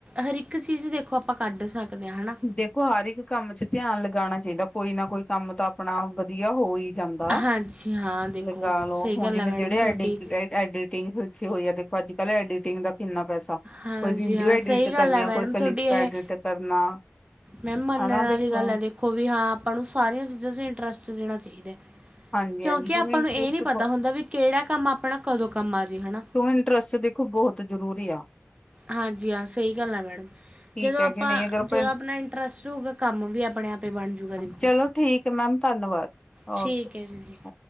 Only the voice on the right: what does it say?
ਹਰ ਇਕ ਚੀਜ਼ ਦੇਖੋ ਆਪਾਂ ਕੱਢ ਸਕਦੇ ਆ ਹਨਾ।
ਹਾਂਜੀ ਹਾਂ ਦੇਖੋ
ਸਹੀ
ਗੱਲ
ਹੈ ਮੈਡਮ
ਤੁਹਾਡੀ
ਹਾਂਜੀ
ਹਾਂ ਸਹੀ
ਗੱਲ
ਹੈ
ਮੈਡਮ
ਤੁਹਾਡੀ ਇਹ
ਮੈਮ ਮੰਨਣ
ਆਲੀ ਗੱਲ ਐ ਦੇਖੋ ਵੀ ਹਾਂ ਆਪਾਂ ਨੂੰ ਸਾਰੀਆਂ ਚੀਜ਼ਾਂ ਚ ਇੰਟਰਸਟ ਦੇਣਾ ਚਾਈਦਾ।
ਕਿਉਂਕਿ
ਆਪਾਂ
ਨੂੰ ਏ ਨੀ
ਪਤਾ ਹੁੰਦਾ ਵੀ ਕੇੜਾ ਕੰਮ ਆਪਣਾ ਕਦੋਂ ਕੰਮ ਆਜੇ ਹਨਾ।
ਹਾਂਜੀ ਹਾਂ ਸਈ ਗੱਲ ਆ ਮੈਂਡਮ।
ਜਦੋਂ
ਆਪਾ
ਜਦੋਂ ਆਪਣਾ ਇੰਟਰਸਟ ਹੋਉਗਾ ਕੰਮ ਵੀ ਆਪਣੇ ਆਪੇ ਈ ਬਣ ਜੁਗਾ ਦੇਖੋ।
ਠੀਕ
ਹੈ ਜੀ ਜੀ